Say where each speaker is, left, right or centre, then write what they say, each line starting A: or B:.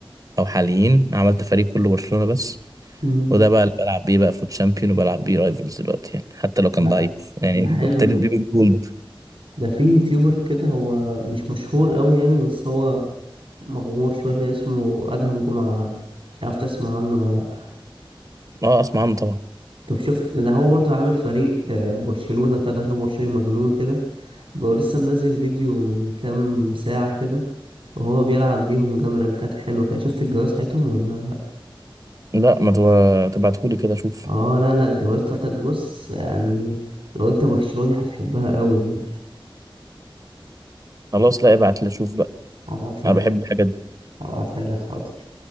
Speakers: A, on the right; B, on the right.
A: أو حاليين عملت فريق كله برشلونة بس
B: مم.
A: وده بقى اللي بلعب بيه بقى فوت شامبيون وبلعب بيه رايفلز دلوقتي يعني حتى لو كان
B: لا
A: ضعيف يعني
B: ده حلو
A: ابتديت بيه بالجولد
B: ده في يوتيوبر كده هو مش مشهور قوي يعني بس هو مغمور شويه كده اسمه ادهم جمعه مش عارف تسمع عنه ولا لأ.
A: اه اسمع عنه طبعا
B: طب شفت ده هو برضو عامل فريق آه، برشلونة كده هو برشلونة مجنون كده بقى لسه منزل فيديو من كام ساعة كده وهو بيلعب بيهم وجاب رانكات حلوة كده شفت الجواز بتاعتهم ولا لأ؟
A: لا ما تبع- تبعتهولي كده اشوف
B: اه لا لا الجواز بتاعتك بص يعني لو انت برشلوني هتحبها قوي يعني
A: خلاص لا ابعت لي اشوف بقى
B: هبعتها
A: انا بحب
B: لك
A: الحاجات دي
B: هبعتها لك حاضر